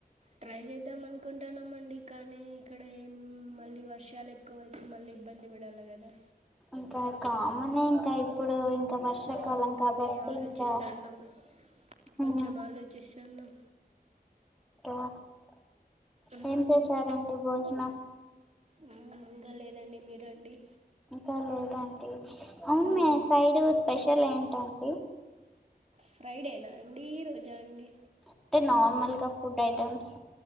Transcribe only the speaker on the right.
ట్రై చేద్దాం అనుకుంటున్నామండి కానీ ఇక్కడెం మళ్ళీ వర్షాలు ఎ ఎక్కువ అయితే ఇబ్బంది బడాలి కదా
సో అందు కని
ఆలోచిస్తాన్నాం
కొంచెం
ఆలోచిస్తున్నాం
ఉమ్,
ఉమ్మ్ ఇంకా లేదండి మీరు అండి
మ్మ్.
ఫ్రైడేనా అండి ఈ రోజా అండి